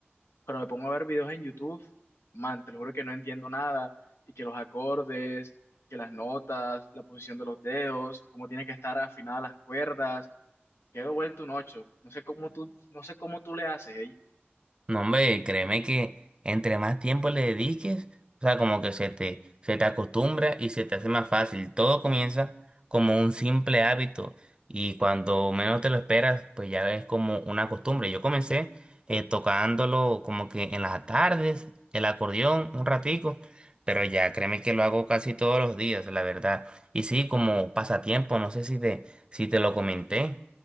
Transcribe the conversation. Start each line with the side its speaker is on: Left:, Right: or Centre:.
Left: pero me pongo a ver videos en YouTube, man, te lo juro que no entiendo nada, y que los acordes, que las notas, la posición de los dedos, cómo tiene que estar afinadas las cuerdas, quedo vuelto un ocho. No sé cómo tú, no sé cómo tú le haces, ¿eh?
Right: No, hombre, créeme que entre más tiempo le dediques, o sea, como que se te, se te acostumbra y se te hace más fácil. Todo comienza como un simple hábito y cuando menos te lo esperas, pues ya es como una costumbre. Yo comencé eh, tocándolo como que en las tardes, el acordeón, un ratico, pero ya créeme que lo hago casi todos los días, la verdad. Y sí, como pasatiempo, no sé si te, si te lo comenté,